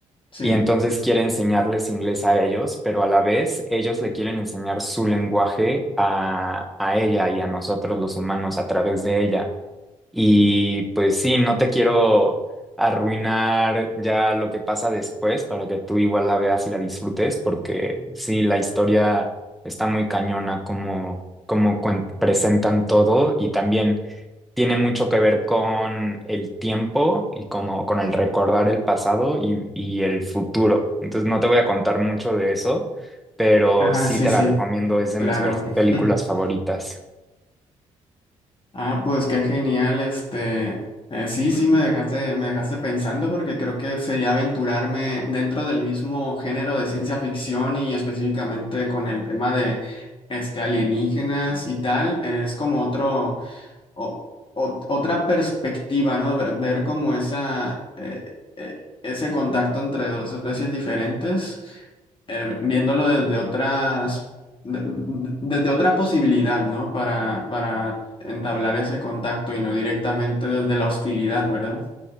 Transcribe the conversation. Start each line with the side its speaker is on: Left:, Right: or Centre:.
Left: Sí.
Centre: y entonces quiere enseñarles inglés a ellos, pero a la vez ellos le quieren enseñar su lenguaje a, a ella y a nosotros los humanos a través de ella. Y pues sí, no te quiero arruinar ya lo que pasa después para que tú igual la veas y la disfrutes, porque sí, la historia está muy cañona como, como cuen- presentan todo y también tiene mucho que ver con el tiempo y como con el recordar el pasado y, y el futuro. Entonces no te voy a contar mucho de eso, pero
Left: Ajá,
Centre: sí
Left: sí,
Centre: te
Left: sí,
Centre: la recomiendo, es de
Left: claro.
Centre: mis per- películas
Left: <laughs>
Centre: favoritas.
Left: Ah, pues qué genial, este, eh, sí, sí, me dejaste, me dejaste pensando porque creo que sería aventurarme dentro del mismo género de ciencia ficción y específicamente con el tema de, este, alienígenas y tal, eh, es como otro, o- o- otra perspectiva, ¿no? Ver, ver como esa, eh, eh, ese contacto entre dos especies diferentes eh, viéndolo desde otras, de- de- desde otra posibilidad, ¿no? Para, para entablar ese contacto y no directamente desde la hostilidad, ¿verdad?